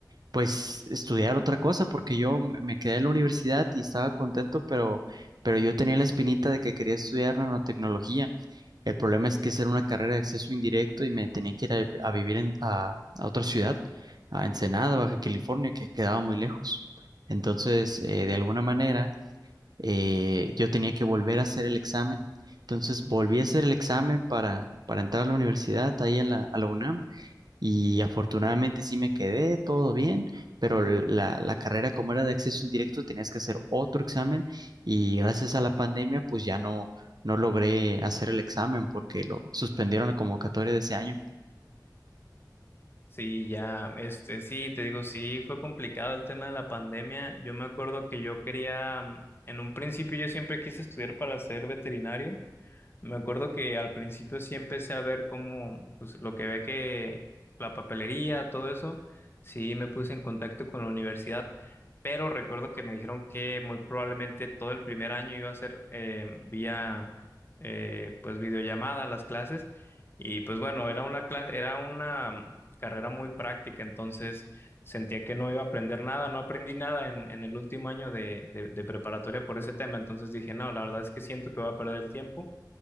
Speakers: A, on the right; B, on the left.
A: Pues estudiar otra cosa, porque yo me me quedé en la universidad y estaba contento, pero, pero yo tenía la espinita de que quería estudiar nanotecnología. El problema es que esa era una carrera de acceso indirecto y me tenía que ir a, a vivir en, a, a otra ciudad, a Ensenada, Baja California, que quedaba muy lejos. Entonces, eh, de alguna manera, eh, yo tenía que volver a hacer el examen. Entonces, volví a hacer el examen para, para entrar a la universidad, ahí a la, a la UNAM. Y afortunadamente sí me quedé, todo bien, pero la, la carrera como era de acceso indirecto tenías que hacer otro examen y gracias a la pandemia pues ya no, no logré hacer el examen porque lo suspendieron la convocatoria de ese año.
B: Sí, ya, este, sí, te digo, sí, fue complicado el tema de la pandemia. Yo me acuerdo que yo quería, mm, en un principio yo siempre quise estudiar para ser veterinario, me acuerdo que al principio sí empecé a ver como, pues lo que ve que la papelería, todo eso, sí me puse en contacto con la universidad, pero recuerdo que me dijeron que muy probablemente todo el primer año iba a ser eh, vía, eh, pues videollamada las clases, y pues bueno, era una clase, era una carrera muy práctica, entonces sentía que no iba a aprender nada, no aprendí nada en, en el último año de, de de preparatoria por ese tema, entonces dije, no, la verdad es que siento que voy a perder el tiempo